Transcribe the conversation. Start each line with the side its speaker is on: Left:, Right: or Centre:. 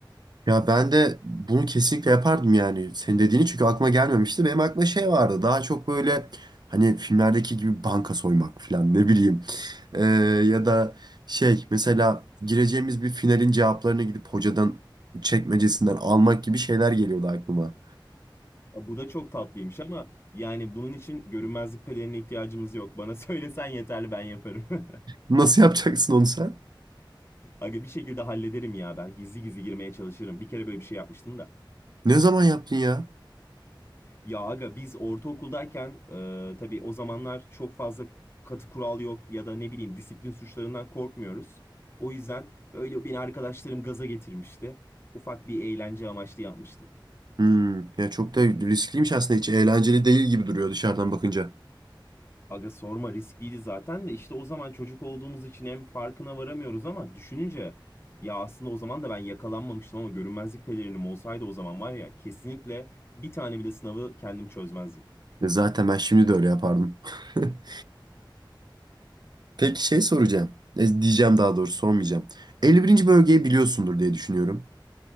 Right: Ya ben de bunu kesinlikle yapardım yani. Senin dediğini çünkü aklıma gelmemişti. Benim aklıma şey vardı. Daha çok böyle hani filmlerdeki gibi banka soymak falan ne bileyim. Ee, ya da şey mesela gireceğimiz bir finalin cevaplarını gidip hocadan çekmecesinden almak gibi şeyler geliyordu aklıma.
Left: Ya bu da çok tatlıymış ama yani bunun için görünmezlik pelerini ihtiyacımız yok. Bana <laughs> söylesen yeterli ben yaparım. <laughs>
Right: Nasıl yapacaksın onu sen?
Left: Aga bir şekilde hallederim ya ben gizli gizli girmeye çalışırım. Bir kere böyle bir şey yapmıştım da.
Right: Ne zaman yaptın ya?
Left: Ya aga biz ortaokuldayken e, tabii o zamanlar çok fazla katı kural yok ya da ne bileyim disiplin suçlarından korkmuyoruz. O yüzden böyle beni arkadaşlarım gaza getirmişti. Ufak bir eğlence amaçlı yapmıştım.
Right: Hmm. Ya çok da riskliymiş aslında. Hiç eğlenceli değil gibi duruyor dışarıdan bakınca.
Left: Aga sorma riskliydi zaten de işte o zaman çocuk olduğumuz için hem farkına varamıyoruz ama düşününce ya aslında o zaman da ben yakalanmamıştım ama görünmezlik pelerinim olsaydı o zaman var ya kesinlikle bir tane bile sınavı kendim çözmezdim.
Right: Ya zaten ben şimdi de öyle yapardım. <laughs> Peki şey soracağım. E, diyeceğim daha doğrusu sormayacağım. 51. bölgeyi biliyorsundur diye düşünüyorum.